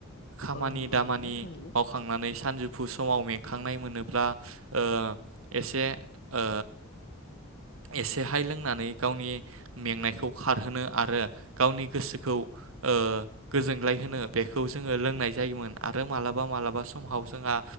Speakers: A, on the right; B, on the left.
A: खामानि
B: औ नंगौ
A: दामानि
B: नोंथां थारैनो
A: मावखांनानै सानजौफु समाव मेंखांनाय मोनोब्ला ओ एसे ओ एसेहाय लोंनानै गावनि मेंनायखौ खारहोनो आरो गावनि गोसोखौ ओ गोजोनग्लाय होनो बेखौ जोङो लोंनाय जायोमोन आरो मालाबा मालाबा समाव जोंहा